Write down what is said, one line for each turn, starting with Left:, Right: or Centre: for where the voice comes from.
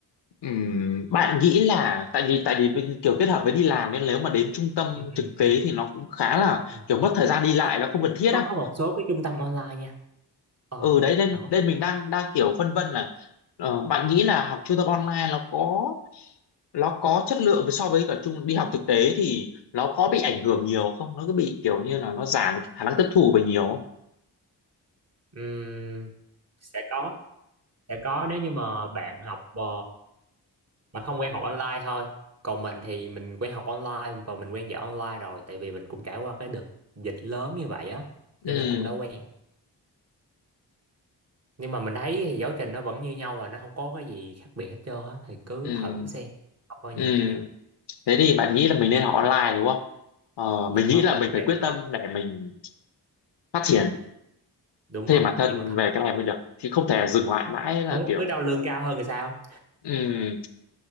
Left: ừm, bạn nghĩ là tại vì tại vì mình kiểu kết hợp với đi làm nên nếu mà đến trung tâm
Right: Ừ, ừ,
Left: thực tế
Right: ừ,
Left: thì nó cũng khá là
Right: ừ.
Left: kiểu mất thời gian đi lại
Right: Có,
Left: nó không cần thiết
Right: có
Left: á
Right: có một số cái trung tâm online nha ờ
Left: ừ đấy nên
Right: bạn có
Left: nên mình đang đang kiểu phân vân là ờ, bạn nghĩ là học trung tâm online nó có nó có chất lượng với so với cả trung đi học thực tế thì nó có bị ảnh hưởng nhiều không nó cứ bị kiểu như là nó giảm khả năng tiếp thu về nhiều không?
Right: Ừm, sẽ có sẽ có nếu như mà bạn học ờ, mà không quen học online thôi còn mình thì mình quen học online và mình quen dạy online rồi tại vì mình cũng trải qua cái đợt dịch lớn như vậy á cho
Left: ừ
Right: nên cũng đã quen nhưng mà mình thấy thì giáo trình nó vẫn như nhau và nó không có cái gì khác biệt hết trơn á thì cứ
Left: ừ
Right: thử xem coi như
Left: ừ
Right: thế nào
Left: thế thì bạn nghĩ là mình nên học online đúng không ờ, mình
Right: đúng
Left: nghĩ
Right: rồi
Left: là mình
Right: nó
Left: phải
Right: tiện
Left: quyết
Right: như
Left: tâm
Right: vậy
Left: để mình phát triển
Right: đúng
Left: thêm
Right: rồi
Left: bản
Right: có
Left: thân
Right: chuyện bản thân
Left: về cái này mới được chứ không thể dừng lại mãi là
Right: đúng
Left: kiểu
Right: cứ đâu lương cao hơn thì sao
Left: ừm,